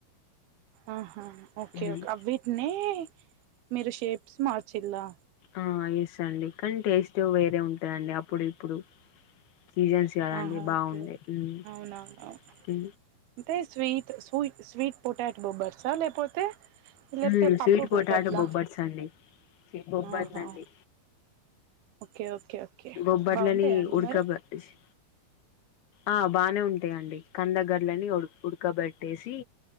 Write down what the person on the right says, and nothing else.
ఆహా ఓకే
ఓకే అ వీటినే మీరు షేప్స్ మార్చిల్లా
ఆహా
ఓకే ఓకే
అవునవును అంటే స్వీట్ సుయ్ స్వీట్ పొటాట్ బొబ్బర్స లేపోతే లేప్తే
పప్పు
బొబ్బట్ల
ఆహా ఓకే ఓకే ఓకే
బాగుంటాయా అండి
మరి